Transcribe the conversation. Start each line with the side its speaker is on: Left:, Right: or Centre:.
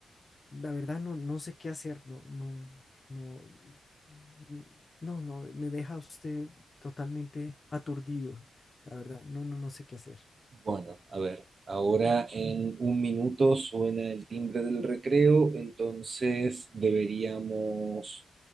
Left: La verdad no, no sé qué hacer, no, no, no, mm, no, no, me deja usted totalmente aturdido. La verdad, no, no, no sé qué hacer.
Right: Bueno, a ver, ahora en un minuto suena el timbre del recreo, entonces deberíamos